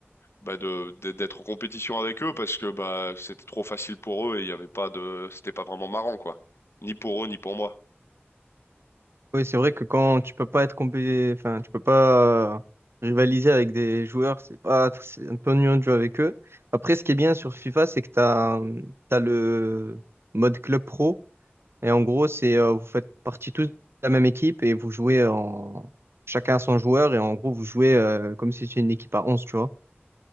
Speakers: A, on the left; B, on the right.
A: bah de d'- d'être en compétition avec eux parce que bah c'était trop facile pour eux et il y avait pas de c'était pas vraiment marrant quoi. Ni pour eux ni pour moi.
B: Oui, c'est vrai que quand tu peux pas être compé... enfin, tu peux pas euh, rivaliser avec des joueurs, c'est pas c'est un peu ennuyeux de jouer avec eux. Après, ce qui est bien sur FIFA, c'est que tu as, le mode club pro et en gros, c'est euh, vous faites partie tous de la même équipe et vous jouez en chacun à son joueur et en gros, vous jouez euh, comme si c'était une équipe à 11, tu vois.